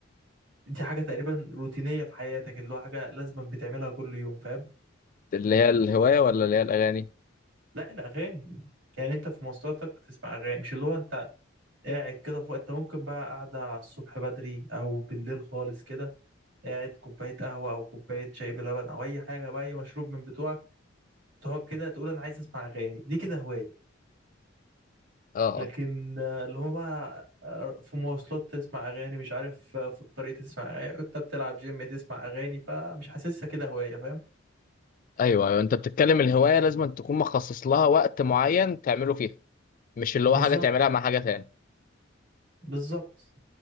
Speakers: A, on the right; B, on the left.
A: دي حاجة تقريبا روتينية في حياتك اللي هو حاجة لازما بتعملها كل يوم فاهم
B: اللي هي الهواية ولا اللي هي الأغاني؟
A: لا الأغاني يعني انت في مواصلاتك بتسمع أغاني مش اللي هو انت قاعد كده في وقت انت ممكن بقى قاعدة على الصبح بدري أو بالليل خالص كده قاعد كوباية قهوة أو كوباية شاي بلبن أو أي حاجة بقى أي مشروب من بتوعك تقعد كده تقول أنا عايز أسمع أغاني دي كده هواية
B: اه
A: لكن
B: اه
A: آه، اللي هو بقى آه، في مواصلات تسمع أغاني مش عارف آه، في الطريق تسمع أغاني انت بتلعب جيم تسمع أغاني فمش حاسسها كده هواية فاهم
B: أيوه أيوه أنت بتتكلم الهواية لازم أن تكون مخصص لها وقت معين تعمله فيها مش اللي
A: بالظبط
B: هو حاجة تعملها مع حاجة تاني
A: بالظبط